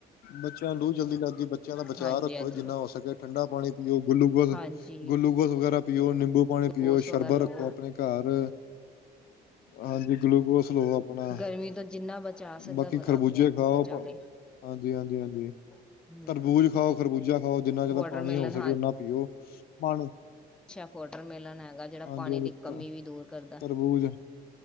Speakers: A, on the left (about 65°); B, in the centre.
A: ਬੱਚਿਆਂ ਨੂੰ ਲੂਹ ਜਲਦੀ ਲੱਗੀ ਬੱਚਿਆਂ ਦਾ ਬਚਾਅ
B: ਹਾਂਜੀ-ਹਾਂਜੀ,
A: ਰੱਖੋ, ਜਿਨਾ
B: ਹਾਂਜੀ
A: ਹੋ ਸਕੇ ਠੰਡਾ ਪਾਣੀ ਪਿਔ, ਗੁੱਲੂਕੋਸ
B: ਹਾਂਜੀ
A: ਗੁੱਲੂਗੋਸ ਵਗੈਰਾ, ਪੀਓ, ਨਿੰਬੂ-ਪਾਣੀ
B: ਗਲੂਕੋਸ
A: ਪੀਓ,
B: ਵਗੈਰਾ
A: ਸ਼ਰਬਰ
B: ਲਵੋ
A: ਰੱਖੋ ਆਪਣੇ ਘਰ ਹਾਂਜੀ, ਗਲੂਕੋਸ ਲੋ ਅਪਣਾ
B: ਗਰਮੀ ਤੋਂ ਜਿੰਨਾ ਬਚਾ ਸਕਦਾ
A: ਬਾਕੀ
B: ਬੰਦਾ
A: ਖਰਬੂਜੇ
B: ਆਪਣੇ ਆਪ
A: ਖਾਓ,
B: ਨੂੰ ਬਚਾ
A: ਅਪ
B: ਲੇ
A: ਹਾਜੀ, ਹਾਂਜੀ, ਹਾਂਜੀ।
B: ਹੂੰ।
A: ਤਰਬੂਜ ਖਾਓ ਖਰਬੂਜਾ ਖਾਓ, ਜਿੰਨਾ ਜ਼ਯਾਦਾ
B: ਵਾਟਰਮੇਲਨ
A: ਪਾਣੀ ਹੋ ਸਕੇ ਓਨਾ ਪੀਓ ਪਾਣੀ
B: ਛਾ ਫੋਟਰ ਮੇਲਨ ਹੈਗਾ ਜਿਹੜਾ
A: ਹਾਂਜੀ
B: ਪਾਣੀ
A: ਹਾਂਜੀ
B: ਦੀ ਕਮੀ ਵੀ ਦੂਰ ਕਰਦਾ
A: ਤਰਬੂਜ